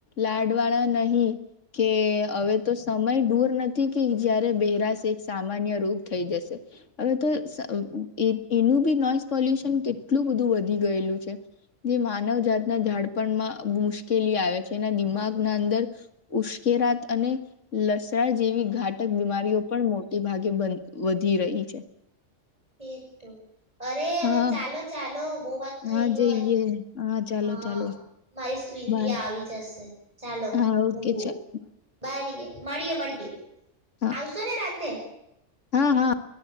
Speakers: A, on the left (about 75°); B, on the right (about 30°).
A: લાડ વાળા નહીં, કે હવે તો સમય દૂર નથી કે જયારે બહેરાશ એક સામાન્ય રોગ થઈ જશે. હવે તો સ એક એનું બી નોઈસ પોલ્યુશન કેટલું બધું વધ વધી ગયેલું છે. જે માનવજાતના જાડપણમાં મુશ્કેલી આવે છે, એના દિમાગના અંદર ઉશ્કેરાત અને લસણ જેવી ઘાતક બીમારીઓ પણ મોટી ભાગે વન વધી રહી છે.
B: એ જ તો. અરે હવે
A: હા
B: ચાલો-ચાલો બહું વાત થઈ
A: હા
B: ગઈ.
A: જઈએ ચાલો
B: હા.
A: ચાલો
B: મારી સ સ્વીટી
A: બાય
B: આવી જશ શે. ચાલો
A: હા ઓકે
B: મૂકું.
A: ચાલ
B: બાય રિયા. મળીએે-મળીએ.
A: હા
B: આવશો ને રાતે?
A: હા, હા.